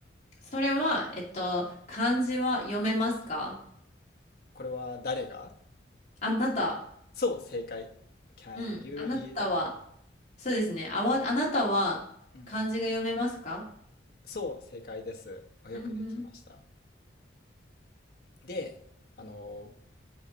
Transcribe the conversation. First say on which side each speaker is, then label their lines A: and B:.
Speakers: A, on the left; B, on the left.
A: それは、えっと、漢字は読めますか
B: これは誰が
A: あなた、
B: そう、正解。Can
A: うん、
B: you
A: あなたは、
B: read だ。
A: そうですね。あわ、あなたは漢字が読めますか
B: うん。そう、正解です。あよくできました。
A: うんうん。
B: で、あの、